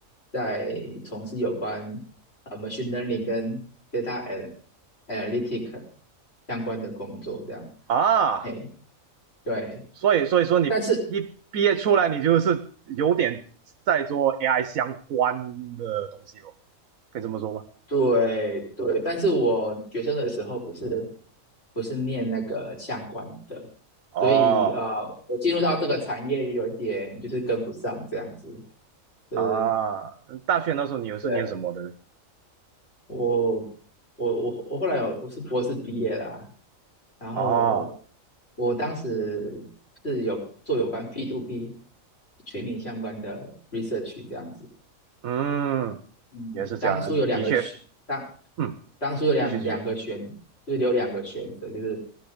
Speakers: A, on the left; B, on the right.
A: 在从事有关呃 machine learning 跟 data ana- analytic 相关的工作，这样。
B: 啊，
A: 嘿，对，
B: 所以所以说你一毕业出来，
A: 但是
B: 你就是有点在做 AI 相关的东西咯，可以这么说吗？
A: 对对，但是我学生的时候不是不是念那个相关的，
B: 哦，
A: 所以呃，我进入到这个产业有点就是跟不上这样子。对，
B: 啊，大学那时候你又是念什么的？
A: 对，我我我我后来有我是博士毕业啦，然后
B: 哦，
A: 我当时是有做有关 p to p 全民相关的 research 这样子。
B: 嗯，
A: 嗯，
B: 也是这样的，
A: 当初有两个选，
B: 的确，
A: 当
B: 嗯，
A: 当初有两两个选，
B: 继续继续。
A: 就是有两个选择，就是